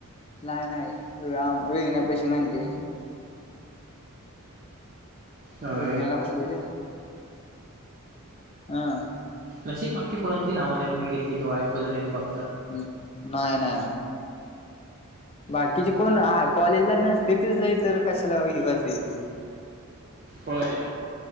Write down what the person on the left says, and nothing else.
नाही, नाही आ वेगण्या पशी म्हणलीये.
विघ्न्याला म्हणली ते. हा. !
हं नाही, नाही, नाही. बाकीचे कोण हा कॉलेजला नसतील तिज नाहीतर कशला ही करती